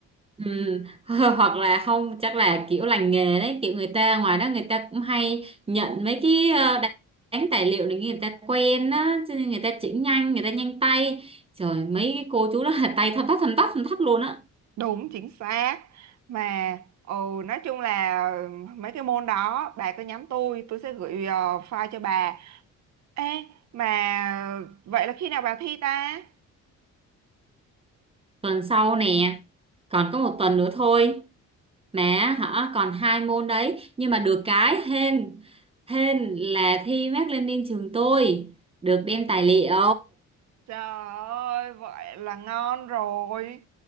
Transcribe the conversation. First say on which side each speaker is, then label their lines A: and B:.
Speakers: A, on the right; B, on the right.
A: ừ. <laughs> hoặc là không chắc là kiểu lành nghề đấy kiểu người ta ngoài đó người ta cũng hay nhận mấy cái ờ, đánh, đánh tài liệu để người ta quen á cho nên người ta chỉnh nhanh người ta nhanh tay trời mấy cái cô chú đó là tay thon tắt thon tắt thon tắt luôn á
B: <laughs> Đúng chính xác Mà ừ, nói chung là mấy cái môn đó bà cứ nhắm tôi Tôi sẽ gửi ờ, file cho bà Ê mà vậy là khi nào bà thi ta
A: tuần sau nè còn có một tuần nữa thôi Mà hả còn hai môn đấy nhưng mà được cái hên hên là thi Mác Lênin trường tôi được đem tài liệu
B: Trời ơi, vậy là ngon rồi.